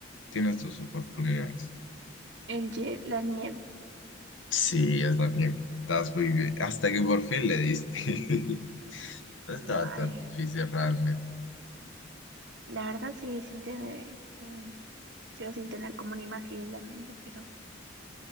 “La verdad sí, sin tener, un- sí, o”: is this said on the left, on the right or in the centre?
Right